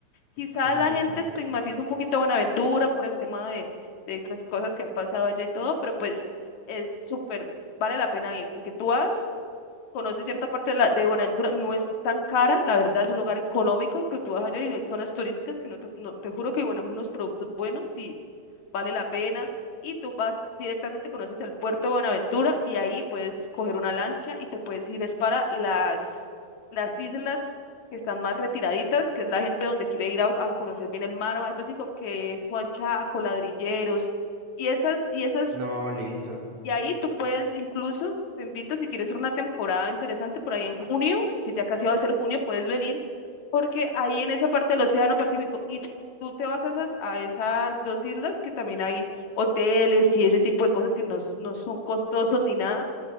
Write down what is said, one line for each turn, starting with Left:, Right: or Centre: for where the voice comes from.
Left: Quizá
Right: ujú.
Left: la gente estigmatiza un poquito a Buenaventura por el tema de, de pues, cosas que han pasado allá y todo, pero pues es súper, vale la pena ir, porque tú vas conoce cierta parte de, la, de Buenaventura, no es tan cara, la verdad es un lugar económico que tú vas allá y hay zonas turísticas que no te, no- te juro que bueno, unos productos buenos y vale la pena. Y tú vas directamente, conoces el puerto de Buenaventura y ahí puedes coger una lancha y te puedes ir es para las, las islas que están más retiraditas, que es la gente donde quiere ir a, a conocer bien el mar, mar Pacífico, que es Juan Chaco, Ladrilleros. Y esas, y esas
Right: No, listo.
Left: y ahí tú puedes incluso, te invito si quieres hacer una temporada interesante por ahí en junio, que ya casi va a ser junio, puedes venir, porque ahí en esa parte del Océano Pacífico, y tú, tú te vas a esas, a esas dos islas que también hay hoteles y ese tipo de cosas que no, s- no son costosos ni nada,